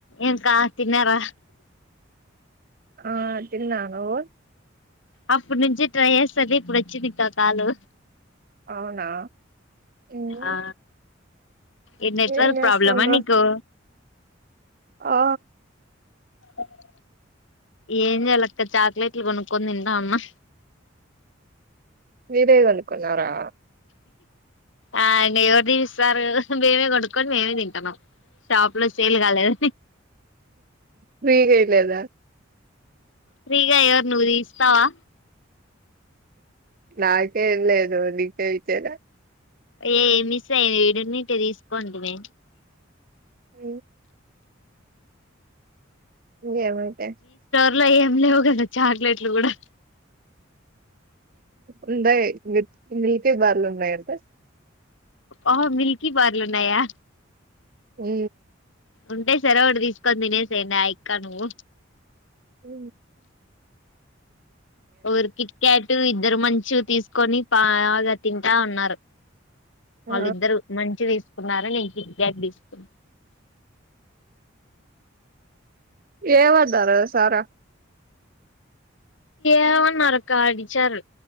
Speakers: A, on the left; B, on the right.
A: ఏంకా తిన్నారా
B: ఆ తిన్నా నువ్వు
A: అప్పుడు నుంచి ట్రై చేస్తుంది ఇప్పుడు వచ్చింది ఇంకా కాలు
B: అవునా ఉమ్,
A: ఆ ఏ నెట్వర్క్
B: ఏం చేస్తాండ్రు
A: ప్రాబ్లమా నీకు
B: ఆ
A: ఓకే ఏం చేయాలక్క చాక్లెట్లు కొనుక్కొని తింటా ఉన్నా
B: మీరే కొనుక్కున్నారా
A: ఆ అం ఎవరు కొనిస్తరు మేమే కొడుక్కొని మేమే తింటన్నాం షాప్ లో సేల్ కాలేద
B: ఫ్రీగా ఇలేదా
A: ఫ్రీగా ఎవర్ నువ్ ఇస్తావా
B: నాకేం లేదు నీకే వితేర
A: ఏ మిస్ అయింది ఈడున్నాయ్ ఇట్ట తీసుకోడమే
B: అ గేమైతే
A: ఇలా ఏం లేవు కదా చాక్లెట్లు కూడా
B: ఉంటయి మి మిల్కే బార్లు ఉన్నాయి అంటే
A: ఆహ మిల్కి బార్లున్నయా
B: హు
A: ఉంటే సర ఒకటి తీసుకొని తినేసడి నాయక్క నువ్వు
B: ఉ
A: ఊరు కిట్కట్ ఇద్దరు మంచు తీసుకొని పాగా తింటా ఉన్నారు
B: ఆ
A: వాళ్ళిద్దరు మంచ్ తీసుకున్నారు నేన్ కిట్కాట్ తీస్కు
B: ఏమన్నారు సారా
A: ఏవన్నారక్కా అడిచారు